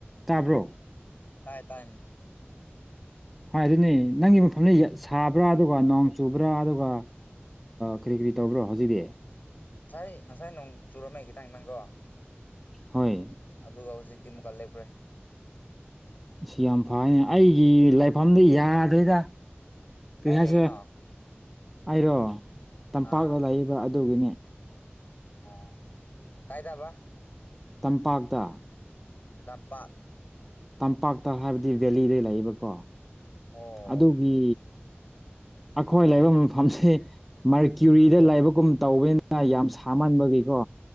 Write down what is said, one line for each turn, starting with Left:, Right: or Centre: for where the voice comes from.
Centre: ꯇꯥꯕ꯭ꯔꯣ
Left: ꯇꯇ
Centre: ꯍꯥꯏ ꯑꯗꯨꯅꯤ ꯅꯪꯒꯤ ꯃꯐꯝꯁ ꯁꯥꯕ꯭ꯔꯥ ꯑꯗꯨꯒ ꯅꯣꯡ ꯆꯨꯕ꯭ꯔꯥ ꯑꯗꯨꯒ ꯀꯔꯤ ꯀꯔꯤ ꯇꯧꯕ꯭ꯔꯣ ꯍꯧꯖꯤꯛꯗꯤ
Left: ꯉꯁꯥꯏ ꯉꯁꯥꯏ ꯅꯣꯡ ꯆꯨꯔꯝꯃꯦ ꯈꯤꯇꯪ ꯈꯤꯇꯪꯀꯣ
Centre: ꯍꯣꯏ
Left: ꯑꯗꯨꯒ ꯍꯧꯖꯤꯛꯇꯤ ꯑꯃꯨꯛꯀ ꯂꯦꯞꯈ꯭ꯔꯦ
Centre: ꯑꯁꯤ ꯌꯥꯝ ꯐꯅꯤ ꯑꯩꯒꯤ ꯂꯥꯏꯐꯝꯗ ꯌꯥꯗꯣꯏꯗ ꯀꯔꯤ
Left: ꯀꯥꯏ
Centre: ꯍꯥꯏꯁꯔꯦ
Left: ꯂꯩꯔꯤꯅꯣ
Centre: ꯑꯩꯔꯣ ꯇꯝꯄꯥꯛꯇ
Left: ꯑꯥ
Centre: ꯂꯩꯕ ꯑꯗꯨꯒꯤꯅꯦ
Left: ꯑꯣ ꯀꯥꯏꯗꯕ
Centre: ꯇꯝꯄꯥꯛꯇ
Left: ꯂꯝꯄꯥꯛ
Centre: ꯇꯝꯄꯥꯛꯇ ꯍꯥꯏꯕꯗꯤ ꯕꯦꯂꯤꯗꯩ ꯂꯩꯌꯦꯕꯀꯣ
Left: ꯎ
Centre: ꯑꯗꯨꯒꯤ ꯑꯩꯈꯣꯏ ꯂꯩꯕ ꯃꯐꯝꯁꯦ ꯃꯥꯔꯀ꯭ꯌꯨꯔꯤꯗ ꯂꯥꯏꯕꯛꯒꯨꯝ ꯇꯧꯕꯅꯤꯅ ꯌꯥꯝ ꯁꯥꯃꯟꯕꯒꯤꯀꯣ